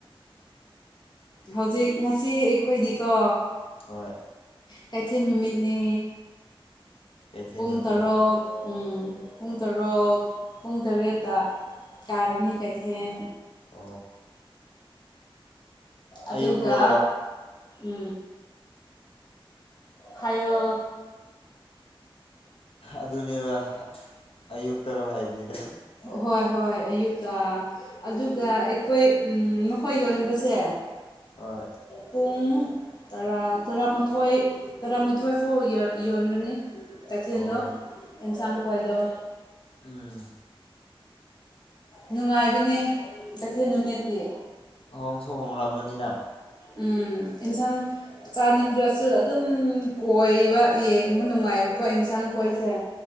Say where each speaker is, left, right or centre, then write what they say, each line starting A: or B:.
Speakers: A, on the left; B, on the left.
A: ꯍꯧꯖꯤꯛ ꯉꯁꯤ ꯑꯩꯈꯣꯏꯗꯤꯀꯣ
B: ꯍꯣꯏ
A: ꯀꯩꯊꯦꯜ ꯅꯨꯃꯤꯠꯅꯤ
B: ꯀꯩꯊꯦꯜ
A: ꯄꯨꯡ
B: ꯅꯨꯃꯤꯠ
A: ꯇꯔꯨꯛ ꯄꯨꯡ ꯇꯔꯨꯛ ꯄꯨꯡ ꯇꯔꯦꯠꯇ ꯀꯥꯔꯅꯤ ꯀꯩꯊꯦꯟ
B: ꯑ
A: ꯑꯗꯨꯒ
B: ꯑꯌꯨꯛꯔꯣ
A: ꯎ ꯍꯥꯏꯌꯣ
B: ꯑꯗꯨꯅꯦꯕ ꯑꯌꯨꯛ ꯇꯔꯣ ꯍꯥꯏꯕꯅꯤꯗ
A: ꯍꯣꯏ ꯍꯣꯏ ꯑꯌꯨꯛꯇ ꯑꯗꯨꯒ ꯑꯩꯈꯣꯏ ꯃꯈꯣꯏ ꯌꯣꯟꯕꯁꯦ
B: ꯑ
A: ꯄꯨꯡ ꯔ ꯇꯔꯥꯃꯥꯊꯣꯏ ꯇꯔꯥꯃꯥꯊꯣꯏ ꯐꯥꯎ ꯌꯣꯟꯒꯅꯤ ꯀꯩꯊꯦꯜꯗꯣ
B: ꯑꯣ
A: ꯑꯦꯟꯁꯥꯡ ꯈ꯭ꯋꯥꯏꯗꯣ
B: ꯎꯝ
A: ꯅꯨꯡꯉꯥꯏꯕꯅꯦ ꯀꯩꯊꯦꯜ ꯅꯨꯃꯤꯠꯇꯤ
B: ꯍꯍꯣꯡ ꯁ ꯍꯣꯡ ꯂꯝꯃꯅꯤꯅꯅꯥ
A: ꯎꯝ ꯏꯟꯁꯥꯟ ꯆꯥꯅꯤꯡꯗ꯭ꯔꯁꯨ ꯑꯗꯨꯝ ꯀꯣꯏꯕ ꯌꯦꯡꯕ ꯅꯨꯡꯉꯥꯏꯕꯀꯣ ꯌꯦꯟꯁꯥꯡ ꯈꯣꯏꯁꯦ